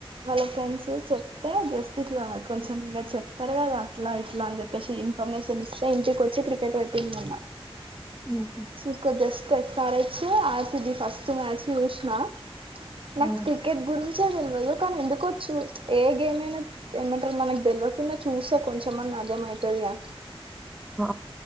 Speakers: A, on the right; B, in the centre.
A: వాళ్ళ ఫ్రెండ్స్ చెప్తే జస్ట్ ఇట్లా కొంచెం ఇంకా చెప్తారు కదా అట్లా ఇట్లా అని చెప్పేసి ఇన్ఫర్మేషన్ ఇస్తే ఇంటికి వచ్చి క్రికెట్ పెట్టింది మొన్న
B: హుహు.
A: సుక జస్ట్ తెస్తారే ఆసిేది ఫస్ట్ మ్యాచ్ చూసిన నాకు
B: హ్మ్.
A: క్రికెట్ గురించే తెలియదు కానీ ఎందుకో చూ ఏ గేమ్ అయినా ఏమంటారు మనకు తెలియకుండా చూసే కొంచెంమంది అర్థం అవుతుందిగా
B: ఆ!